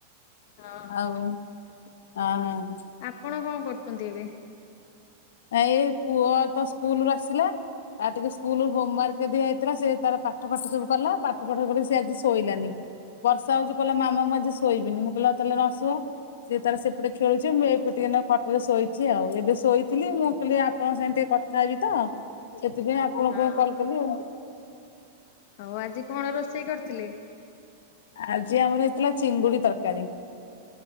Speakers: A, on the left; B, on the left.
A: ହଁ
B: ଆଉ ହାଁ
A: କଣ କଣ କରୁଛନ୍ତି ଏବେ?
B: ଏଇ ପୁଅ ତ ସ୍କୁଲରୁ ଆସିଲା। ତା ଟିକେ ସ୍କୁଲ ହୋମ ୱାର୍କ ଦିଆ ହୋଇଥିଲା ସେ ତାର ପାଠ ଫାଠ ସବୁ କଲା ପାଠ ପଢିକରି ସେ ଆଜି ଶୋଇଲାନି। ବର୍ଷା ହଉଛି କହିଲା ମାମା ମୁଁ ଆଜି ଶୋଇବିନି ମୁଁ କହିଲି ତାହେଲେ ନ ସୁ। ସିଏ ତାର ସେପଟେ ଖେଳୁଛି ମୁଁ ଏବେ ଟିକେ ଖଟରେ ଶୋଇଛି ଆଉ ଏବେ ଶୋଇ ଥିଲି ମୁଁ କହିଲି ଆପଣ ସାଙ୍ଗରେ ଟିକେ କଥା ହେବି ତ ସେଥିପାଇଁ ଆପଣଙ୍କୁ
A: ହଁ
B: କଲ୍ କଲି ଆଉ।
A: ଆଉ ଆଜି କଣ ରୋଷେଇ କରିଥିଲେ?
B: ଆଜି ଆମର ହେଇଥିଲା ଚିଙ୍ଗୁଡି ତରକାରୀ।